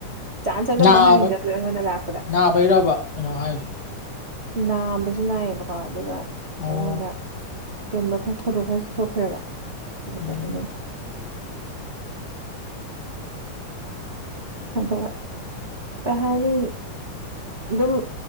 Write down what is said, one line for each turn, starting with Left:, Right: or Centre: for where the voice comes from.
Right: ꯆꯥꯟꯁ ꯑꯝꯇ
Left: ꯅꯥꯕ
Right: ꯃꯥꯡꯍꯟꯅꯤꯡꯗꯕꯗꯣ ꯑꯩꯉꯣꯟꯗ ꯂꯥꯛꯄꯗ꯫
Left: ꯅꯥꯕꯩꯔꯕ ꯀꯩꯅꯣ ꯍꯥꯏꯁꯦ
Right: ꯅꯥꯕꯖꯨ ꯅꯥꯏꯌꯦꯕꯀꯣ ꯑꯗꯨꯒ
Left: ꯑꯣ
Right: ꯑꯩꯉꯣꯟꯗ ꯀꯩꯝꯒꯨꯝꯕ ꯊꯧꯗꯣꯛ ꯈꯔꯁꯨ ꯊꯣꯛꯈ꯭ꯔꯦꯕ ꯑꯗꯨꯗꯒꯤꯅꯤ꯫
Left: ꯎꯝ
Right: ꯑꯗꯨꯒ ꯀꯩ ꯍꯥꯏꯅꯤ ꯑꯗꯨꯝ